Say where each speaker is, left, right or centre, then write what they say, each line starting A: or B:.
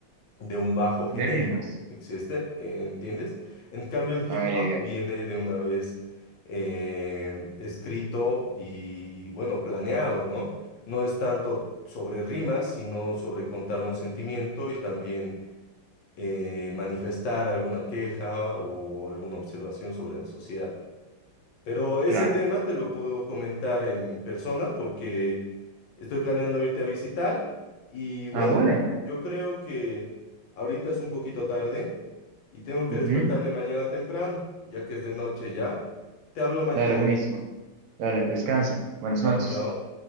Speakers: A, on the left (about 70°); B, on the right (about 80°).
A: de un bajo genérico,
B: De rimas.
A: existe, eh, ¿entiendes? En cambio, el
B: Ah,
A: hip hop
B: ya, ya.
A: viene de una vez eh, escrito y, bueno, planeado, ¿no? No es tanto sobre rimas, sino sobre contar un sentimiento y también eh, manifestar alguna queja o alguna observación sobre la sociedad. Pero ese
B: Claro.
A: tema te lo puedo comentar en persona porque estoy planeando irte a visitar y bueno,
B: Ah, bueno.
A: yo creo que ahorita es un poquito tarde y tengo que
B: Ujú.
A: despertarme mañana temprano, ya que es de noche ya. Te hablo mañana.
B: Dale, buenísimo. Dale, pues, descansa. Buenas
A: Chao,
B: noches.
A: chao.